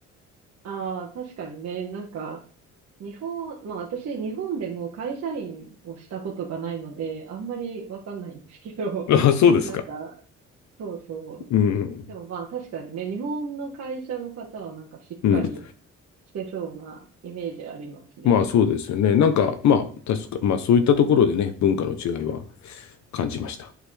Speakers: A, on the right; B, on the left.
A: ああ、確かにね、なんか、日本、まあ私、日本でもう会社員をしたことがないので、あんまりわかんないんですけど、
B: た。
A: <laughs>
B: あ、そうですか。
A: なんか、そうそう。
B: うん。
A: でもまあ確かにね、日本の会社の方はなんかしっかり
B: うん。
A: してそうなイメージありますね。
B: まあそうですよね。なんか、まあ確か、まあそういったところでね、文化の違いは感じました。